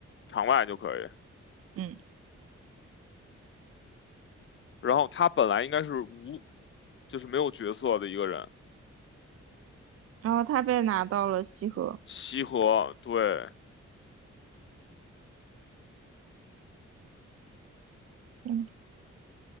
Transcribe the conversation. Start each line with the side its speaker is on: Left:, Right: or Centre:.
Left: 场外就可以。
Right: 嗯，
Left: 然后他本来应该是无，就是没有角色的一个人。
Right: 然后他被拿到了西河，
Left: 西河，对，
Right: 嗯，